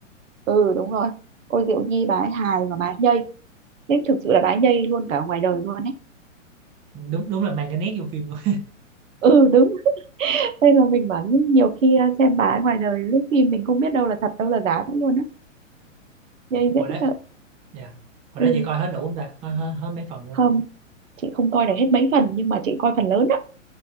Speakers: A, on the right; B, on the right.
A: ừ đúng rồi ôi Diệu Nhi bà ấy hài và bà ấy nhây nên thực sự là bà ấy nhây luôn cả ngoài đời luôn ấy
B: đúng đúng là mang cái nét vô phim luôn
A: ừ đúng nên là mình bảo nhiều khi ờ, xem bà ấy ngoài đời lấy phim mình không biết đâu là thật đâu là giả nữa luôn á
B: <laughs>
A: nhây
B: hồi
A: dễ
B: đó
A: sợ
B: dạ hồi
A: ừ
B: đó chị coi hết đủ không ta hết, hết, hết mấy phần luôn
A: không chị không coi được hết mấy phần nhưng mà chị coi phần lớn á